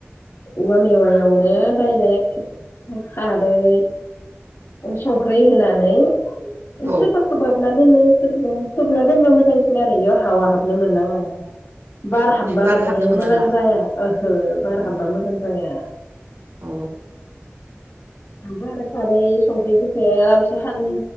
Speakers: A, on the left (about 80°); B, on the right (about 90°).
A: औवा मेवायावनो डाइरेक्ट खारै संख्रि होनानै
B: औ
A: सोरबा खोबाबना दोनो सोरबा खोबना दोनबा मोजांसिन आरो बेयाव हावा हाबनो मोननाङा बार हाबबा
B: बारा
A: माने
B: हाबनो मोननाङा
A: मोजां जाया ओहो बार
B: अ
A: हाब्बा मोजां जाया।
B: अ
A: इवबो आरो खारै संख्रिफोरखो आरामसे खानानै